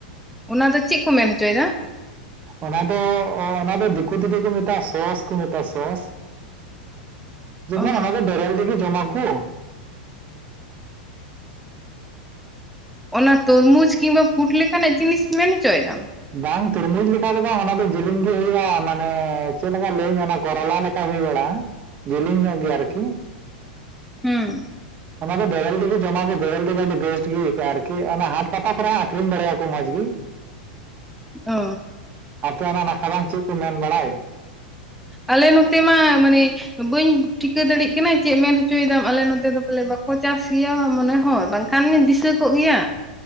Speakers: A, in the centre; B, on the right.
A: ᱚᱱᱟ ᱫᱚ ᱪᱮᱫ ᱠᱚ ᱢᱮᱱ ᱦᱚᱪᱚᱭ ᱫᱟ
B: ᱚᱱᱟ ᱫᱚ ᱚᱱᱟ ᱫᱚ ᱫᱤᱠᱩ ᱛᱮᱫᱚ ᱠᱚ ᱢᱮᱛᱟᱜᱼᱟ ᱥᱚᱸᱥ ᱠᱚ ᱢᱮᱛᱟᱜᱼᱟ ᱥᱚᱸᱥ ᱡᱮᱢᱚᱱ
A: ᱚ
B: ᱚᱱᱟ ᱫᱚ ᱵᱮᱨᱮᱞ ᱛᱮᱜᱮ ᱡᱚᱢ ᱟᱠᱩ
A: ᱚᱱᱟ ᱛᱚᱨᱢᱩᱡᱽ ᱠᱤᱱᱵᱟ ᱯᱩᱰ ᱞᱮᱠᱟᱱᱟᱜ ᱡᱤᱱᱤᱥ ᱢᱮᱱ ᱚᱪᱚᱭᱹ ᱫᱟᱢ
B: ᱵᱟᱝ ᱛᱩᱨᱢᱩᱡ ᱞᱮᱠᱟᱷᱟ ᱫᱚ ᱵᱟᱝ ᱚᱱᱟ ᱫᱚ ᱡᱮᱞᱮᱧ ᱜᱮ ᱦᱩᱭᱩᱜᱼᱟ ᱢᱟᱱᱮ ᱪᱮᱫᱞᱮᱠᱟ ᱞᱟᱹᱭᱟᱹᱧ ᱚᱱᱟ ᱠᱚᱨᱚᱞᱟ ᱞᱮᱠᱟ ᱦᱩᱭ ᱵᱟᱲᱟᱜᱼᱟ ᱡᱮᱞᱮᱧ ᱧᱚᱜ ᱜᱮᱭᱟ ᱟᱨᱠᱤ
A: ᱦᱩᱸ
B: ᱚᱱᱟ ᱫᱚ ᱵᱮᱨᱮᱞᱛᱤᱜᱮ ᱡᱚᱢᱟᱵᱚ ᱵᱮᱨᱮᱞ ᱛᱮᱜᱮᱢ ᱟᱹᱰᱤ ᱵᱮᱥᱴ ᱜᱮ ᱟᱹᱭᱠᱟᱹᱜᱼᱟ ᱟᱨᱠᱤ ᱚᱱᱟ ᱦᱟᱴ ᱯᱟᱛᱟ ᱠᱚᱨᱟ ᱟᱠᱨᱤᱧ ᱵᱟᱲᱟᱭᱟᱠᱟ ᱠᱚ ᱢᱚᱡᱽ ᱜᱤ
A: ᱳ
B: ᱟᱯᱮ ᱚᱱᱟ ᱱᱟᱠᱷᱟ ᱫᱟᱝ ᱪᱮᱫ ᱠᱚ ᱢᱮᱱ ᱵᱟᱲᱟᱭ
A: ᱟᱞᱮ ᱱᱚᱛᱮ ᱢᱟ ᱢᱟᱱᱮ ᱵᱟᱹᱧ ᱴᱷᱤᱠᱟᱹ ᱫᱟᱲᱮᱭᱟᱜ ᱠᱟᱱᱟ ᱪᱮᱫ ᱢᱮᱱ ᱦᱚᱪᱚᱭᱮᱫᱟᱢ ᱟᱞᱮ ᱱᱚᱛᱮ ᱫᱚ ᱯᱟᱞᱮ ᱵᱟᱠᱚ ᱪᱟᱥ ᱜᱮᱭᱟ ᱢᱚᱱᱮ ᱦᱚᱭ ᱵᱟᱝ ᱠᱷᱟᱱ ᱫᱤᱥᱟᱹ ᱠᱚᱜ ᱜᱮᱭᱟ